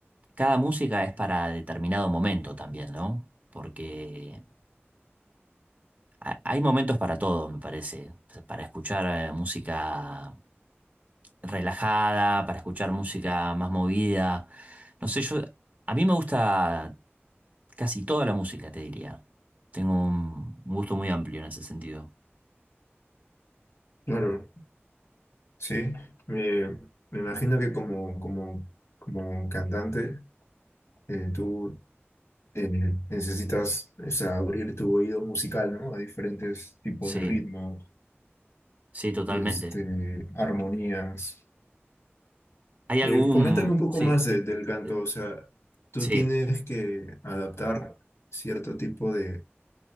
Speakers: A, on the right; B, on the left.
A: cada música es para determinado momento también, ¿no? Porque ha- hay momentos para todo, me parece. O sea, Para escuchar eh, música relajada, para escuchar música más movida. No sé, yo, a mí me gusta casi toda la música, te diría. Tengo un un gusto muy amplio en ese sentido.
B: claro, sí. Me, me imagino que como, como, como cantante, eh, tú eh, necesitas, o sea, abrir tu oído musical, ¿no? A diferentes tipos
A: Sí,
B: de ritmos,
A: sí, totalmente.
B: este, armonías.
A: ¿Hay
B: Eh,
A: algún...
B: coméntame un poco
A: Sí,
B: más de- del canto,
A: eh,
B: o sea, tú
A: sí.
B: tienes que adaptar cierto tipo de